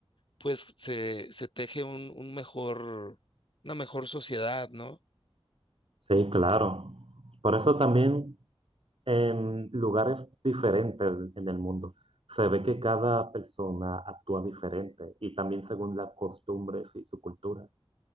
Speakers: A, on the left; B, on the right.
A: pues se, se teje un, un mejor, una mejor sociedad, ¿no?
B: Sí, claro. Por eso también en lugares diferentes en el mundo se ve que cada persona actúa diferente y también según las costumbres y su cultura.